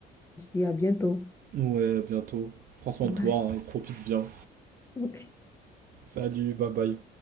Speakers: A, on the left (about 15°); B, on the right (about 60°).
A: se dit à bientôt.
B: Ouais, à bientôt. Prends soin
A: Bye.
B: de toi hein, et profite bien.
A: Ok.
B: Salut, bye bye.